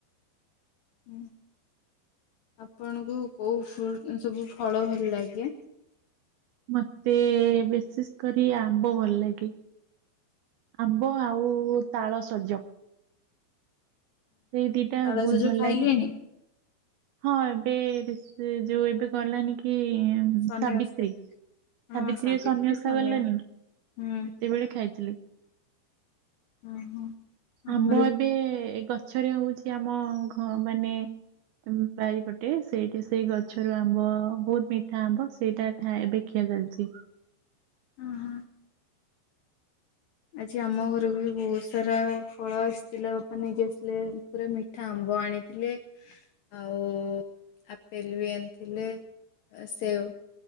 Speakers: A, on the left; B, on the right.
A: ହୁଁ ଆପଣଙ୍କୁ କୋଉ ଫ୍ରୁଟ ସବୁ ଫଳ ଭଲ ଲାଗେ?
B: ମତେ ବିଶେଷ କରି ଆମ୍ବ ଭଲ ଲାଗେ। ଆମ୍ବ ଆଉ ତାଳ ସଜ। ସେଇ ଦିଟା
A: ତାଳସଜ
B: ବହୁତ ଭଲ
A: ଖାଇଲେଣି?
B: ଲାଗେ। ହଁ ଏବେ ରି ସେ ଯୋଉ ଏବେ ଗଲାନି କି
A: ଶନି
B: ସାବିତ୍ରୀ
A: ଓଷା ହଁ
B: ସାବିତ୍ରୀ ସନିଓଷା
A: ଶନି
B: ଗଲାନି
A: ଓଷା
B: କି?
A: ହୁଁ
B: ସେତିକି ବେଳେ ଖାଇଥିଲି
A: ଓହୋ ଆମର
B: ଆମ୍ବ
A: ବି
B: ଏବେ ଗଛରେ ହଉଚି ଆମ ଘ ମାନେ ବାରିପଟେ ସେଇଠି ସେଇ ଗଛରୁ ଆମ୍ବ ବହୁତ ମିଠା ଆମ୍ବ ସେଇଟା ଖାୟେ ଏବେ ଖିଆ ଚାଲିଚି।
A: ଓହୋ। ଆଜି ଆମ ଘରକୁ ବି ବହୁତ ସାରା ଫଳ ଆସିଥିଲା ବାପା ନେଇକି ଆସିଲେ। ପୁରା ମିଠା ଆମ୍ବ ଆଣିଥିଲେ। ଆଉ ଆପେଲ ବି ଆଣିଥିଲେ ସେଓ